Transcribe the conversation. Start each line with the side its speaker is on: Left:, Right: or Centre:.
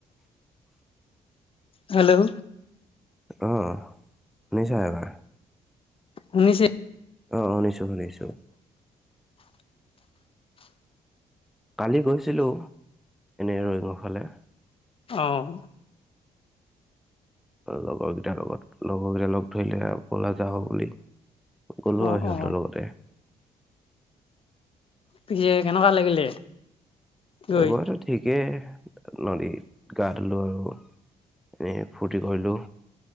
Left: হেল্ল?
Centre: অ, শুনিছা এবাৰ
Left: শুনিছো।
Centre: আহ, শুনিছো, শুনিছো।
Left: <inaudible>
Centre: কালি গৈছিলো, এনে ৰইঙৰ ফালে।
Left: আহ।
Centre: লগৰ কেইটাৰ লগত, লগৰ কেইটা লগ ধৰিলে, পলা যা, হ, বুলি। গলো
Left: অ
Centre: আৰু সিহঁতৰ
Left: অ
Centre: লগতে।
Left: পিছে কেনেকুৱা লাগিলে? গৈ
Centre: বটো, ঠিকেই। নদীত গা ধুলোঁ আৰু এনেই ফূুৰৰ্তি কৰিলোঁ।